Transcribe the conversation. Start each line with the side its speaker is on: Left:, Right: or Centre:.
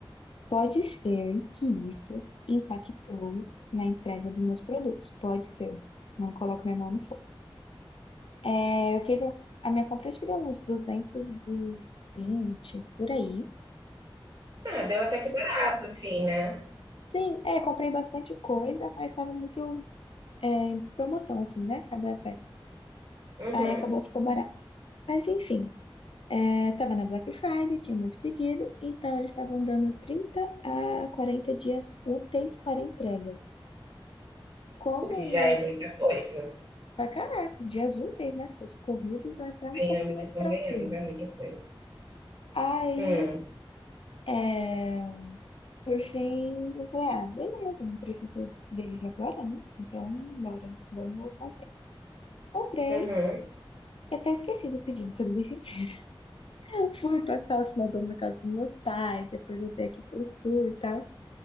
Left: pode ser que isso impactou na entrega dos meus produtos. Pode ser. Não coloco minha mão no fogo. É, eu fiz um- a minha compra, acho que deu uns duzentos e vinte por aí.
Right: Ah, deu até que barato, assim, né?
Left: Sim, é, comprei bastante coisa, mas estava muito é, em promoção, assim, né? Cada peça.
Right: Uhum.
Left: Aí acabou, ficou barato. Mas enfim, é, tava na Black Friday, tinha muito pedido, então eles estavam dando trinta a quarenta dias úteis para entrega. Como,
Right: O que já é muita coisa.
Left: pra caraca, dias úteis, né? Se fosse corridos, é até um
Right: Ganhamos
Left: pouco mais
Right: e convenhamos,
Left: tranquilo.
Right: é muita coisa.
Left: Aí,
Right: Hum.
Left: é, Por fim, eu falei, ah, beleza, não preciso deles agora, né? Então, bora, vamos comprar. Comprei,
Right: Uhum.
Left: eu até esqueci do pedido, sendo bem sincera. <laughs> Fui passar o final do ano na casa dos meus pais, depois voltei aqui pro sul e tal.